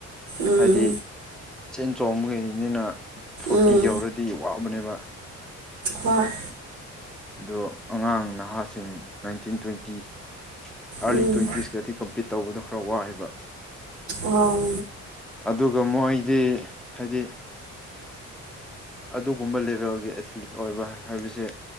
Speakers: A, on the right (about 75°); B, in the centre.
A: ꯎꯝ
B: ꯍꯥꯏꯗꯤ ꯆꯦꯟ ꯆꯣꯡꯕꯒꯤꯅꯤꯅ ꯐꯣꯔꯇꯤ
A: ꯎꯝ
B: ꯌꯧꯔꯗꯤ ꯋꯥꯕꯅꯦꯕ
A: ꯍꫭꯏ
B: ꯑꯗꯣ ꯑꯉꯥꯡ ꯅꯍꯥꯁꯤꯡ ꯅꯥꯏꯟꯇꯤꯟ ꯇ꯭ꯋꯦꯟꯇꯤ ꯑꯥꯔꯂꯤ
A: ꯎꯝ
B: ꯇ꯭ꯋꯦꯟꯇꯤꯁꯀꯗꯤ ꯀꯝꯄꯤꯠ ꯇꯧꯕꯗꯣ ꯈꯔ ꯋꯥꯑꯦꯕ
A: ꯑꯣ
B: ꯑꯗꯨꯒ ꯃꯣꯏꯗꯤ ꯍꯥꯏꯗꯤ ꯑꯗꯨꯒꯨꯝꯕ ꯂꯦꯚꯦꯜꯒꯤ ꯑꯦꯊꯂꯤꯠ ꯑꯣꯏꯕ ꯍꯥꯏꯕꯁꯦ